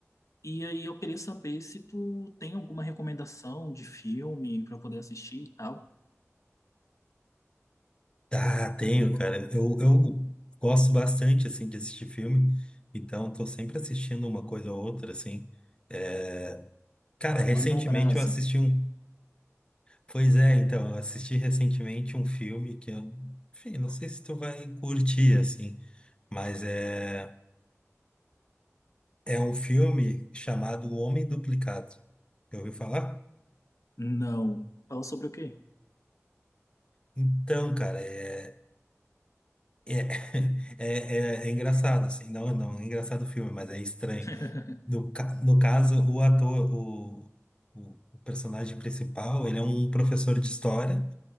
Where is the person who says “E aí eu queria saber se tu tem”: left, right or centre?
Left